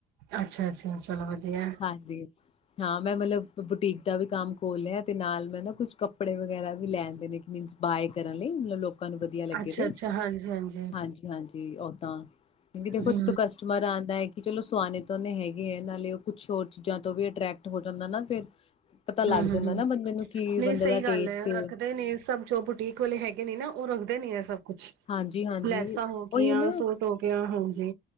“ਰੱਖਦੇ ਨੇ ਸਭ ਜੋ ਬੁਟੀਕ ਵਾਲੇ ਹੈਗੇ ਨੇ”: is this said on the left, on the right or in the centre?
Right